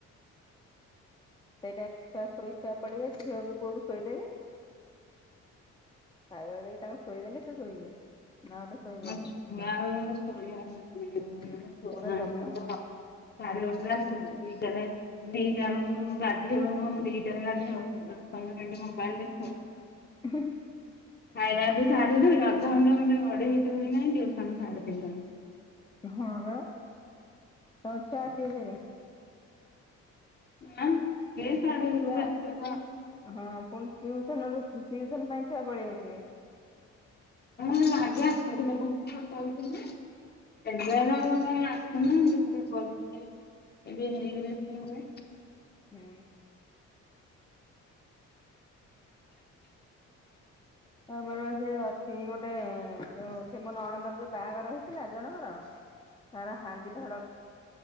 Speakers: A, on the left; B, on the left.
A: ସେଇଟା ଛୁଆ ଶୋଇ ଶୁଆ ପଡ଼ିବେ ଝିଅକୁ ପୁଅକୁ ଶୋଇଦେବି ଖାଇବାକୁ ଦେଇ ତାଙ୍କୁ ଶୋଇଦେଲେ ସେ ଶୋଇବେ ନହେଲେ ଶୋଇବେନି
B: <unintelligible> <unintelligible> ସାଢ଼େଗୋଟେରେ
A: ହୁଁ ସେରା ଜମା
B: ଆସୀବ ଦିଇଟାରେ ଦିଟା ବଳକୁ ବାଧିଇବ କଇଁବ ମୁ ଦିଇଟାରେ ଗାଧିଇବ ଦଶ ପନ୍ଦର ମିନିଟ୍ ମୋବାଇଲ୍ ଦେଖିବ
A: <unintelligible>
B: ଖାଇଲାକୁ ସାଢ଼େ ଦୁଇ ଅଧଘଣ୍ଟେ ଘଣ୍ଟେ ଗଢେଇ ହେଇଥିବୁକି ନାଇଁ ଟ୍ୟୁସନ ଶାଢେ ତିନିଟାରେ।
A: ହଁ ବା ତଛୁଆ ଆସିବେ ଫେରେ।
B: ଆ ଏ ସାଢେ
A: ପୁଣି
B: ଗୋଟେରେ
A: ଛୁଆ
B: ଆସିବେପା
A: ହଁ ପୁଣି ଟିଉସନରୁ ଟିଉସନ ପାଇଁ ଛୁଆ ପଳେଇ ଆସିବେ।
B: ହଁ ଆଗେ ଆସୁଥିଲେ ବହୁତ୍ ଛୁଆ କରୁଥିଲିଜେ ଏବେ ଆଉ କାଇଁ ଆସୁନଥିଲେ ଏବେ ହେଇଗ <unintelligible>
A: ହୁଁ। ଆମର ସେ ଅଛି ଗୋଟେ ଯୋଉ ସେ ମୋ ଅଣନ୍ଦର ଯୋଉ ବାହାଘର ହେଇଥିଲା ଜଣଙ୍କର ତାର ହାଣ୍ଡି ଧଡ